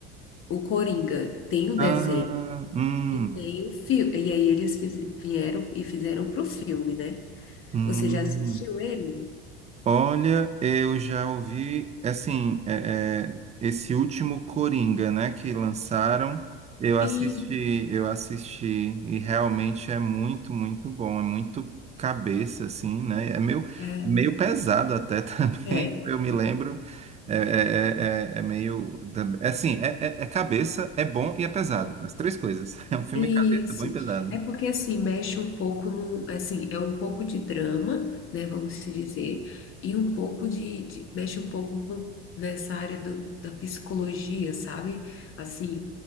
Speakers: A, on the left; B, on the right.
A: O Coringa tem o desenho
B: Ah, hum,
A: e tem o filme. E aí eles fiz- vieram e fizeram pro filme, né?
B: hum.
A: Você já assistiu ele?
B: Olha, eu já ouvi, é assim, é, é, esse último Coringa, né, que lançaram, eu assisti,
A: E
B: eu assisti e realmente é muito, muito bom, é muito cabeça, assim, né, é meio,
A: é,
B: é meio pesado até <laughs> também,
A: é.
B: eu me lembro, é, é, é, é é meio, é assim, é, é é cabeça, é bom e é pesado, as três coisas, <laughs> é um filme
A: Isso.
B: cabeça, bom e pesado.
A: É porque assim mexe um pouco no, assim, é um pouco de drama, né, vamos se dizer, e um pouco de, de- mexe um pouco com nessa área do, da psicologia, sabe? Assim,